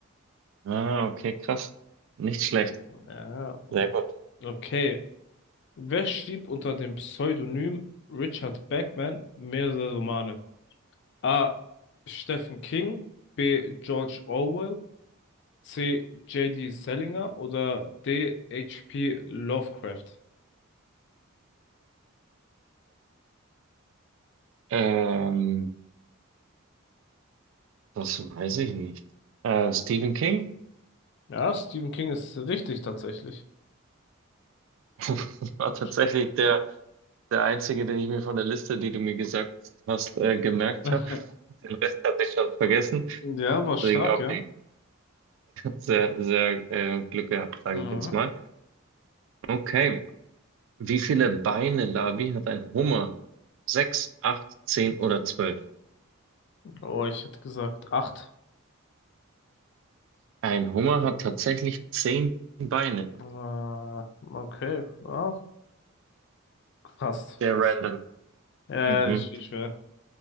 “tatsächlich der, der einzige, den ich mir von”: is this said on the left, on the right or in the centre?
Right